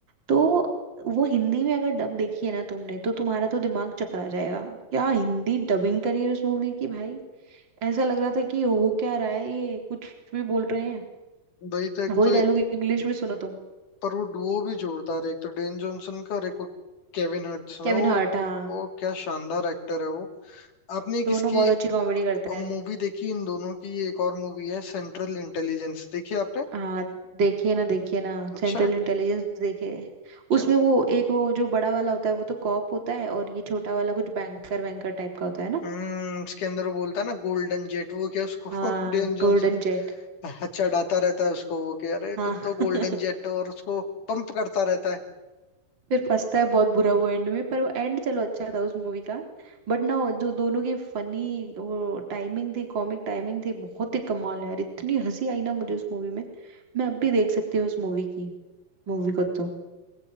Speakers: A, on the right (about 30°); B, on the left (about 60°).
A: तो वो हिंदी में अगर डब देखी है ना तुमने तो तुम्हारा तो दिमाग चकरा जाएगा क्या हिंदी डबिंग करी है उस मूवी की भाई ऐसा लग रहा था कि हो क्या रहा है ये कुछ भी बोल रहे हैं
B: वही तो एक
A: वही
B: तो
A: डायलॉग इंग्लिश में सुनो तुम
B: पर वो डुओ भी जोरदार है एक तो डेन जॉनसन का और एक वो केविन हर्ट्स में
A: केविन
B: वो
A: हार्ट हाँ
B: वो क्या शानदार एक्टर है वो आपने एक
A: दोनों
B: इसकी
A: बहुत अच्छी कॉमेडी करते हैं
B: मूवी देखी इन दोनों की ये एक और मूवी है सेंट्रल इंटेलिजेंस देखी आपने
A: हाँ देखिए ना देखिए ना
B: अच्छा
A: सेंट्रल इंटेलिजेंस देखिए
B: क्या
A: उसमें वो एक वो जो बड़ा वाला होता है वो तो कॉप होता है और ये छोटा वाला कुछ बैंकर वैंकर टाइप का होता है ना
B: हम्म इसके अंदर वो बोलता है ना गोल्डन जेट वो क्या उसको
A: हाँ
B: <laughs> डेन जॉनसन
A: गोल्डन जेट
B: हाँ, चढ़ाता रहता है उसको वो कि अरे तुम
A: हाँ
B: तो गोल्डन
A: <laughs>
B: जेट हो और उसको पंप करता रहता है
A: फिर फंसता है बहुत बुरा वो एंड में पर वो एंड चलो अच्छा था उस मूवी का बट ना वो जो दोनों की फनी वो टाइमिंग थी कॉमिक टाइमिंग थी बहुत ही कमाल है यार इतनी हंसी आई ना मुझे उस मूवी में मैं अब भी देख सकती हूँ उस मूवी की मूवी को तो